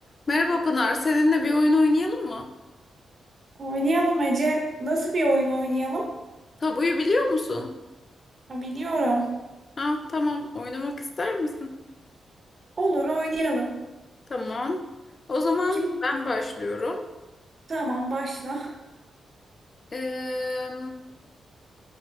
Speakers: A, on the left (about 45°); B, on the right (about 50°).
A: Merhaba Pınar, seninle bir oyun oynayalım mı?
B: Oynayalım Ece. Nasıl bir oyun oynayalım?
A: Tabuyu biliyor musun?
B: Ha, Biliyorum.
A: Ha, tamam, oynamak ister misin?
B: Olur oynayalım.
A: Tamam. O zaman
B: Kim?
A: ben başlıyorum.
B: Tamam başla.
A: Ee,